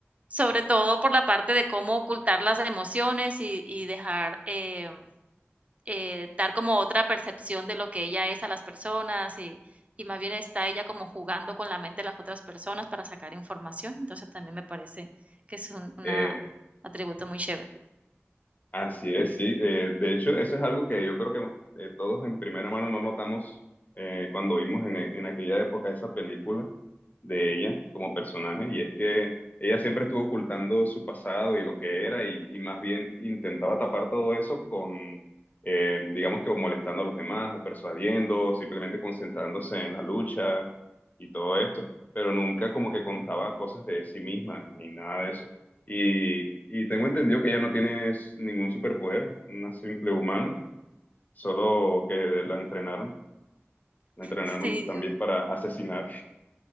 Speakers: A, on the right; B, on the left.
A: Sobre todo por la parte de cómo ocultar las emociones y y dejar, em, eh, dar como otra percepción de lo que ella es a las personas, y y más bien está ella como jugando con la mente de las otras personas para sacar información. Entonces, también me parece que es un una
B: Eh,
A: atributo muy chévere.
B: Así es, sí. Eh, de hecho, eso es algo que yo creo que eh, todos en primera mano no notamos eh, cuando vimos en, en aquella época esa película de ella como personaje, y es que ella siempre estuvo ocultando su pasado y lo que era, y, y más bien intentaba tapar todo eso con, eh, digamos que o molestando a los demás, o persuadiendo, o simplemente concentrándose en la lucha y todo esto, pero nunca como que contaba cosas de sí misma, ni nada de eso. Y, y tengo entendido que ella no tiene ningún superpoder, una simple humana, solo que la entrenaron, la entrenaron
A: Sí,
B: también para asesinar,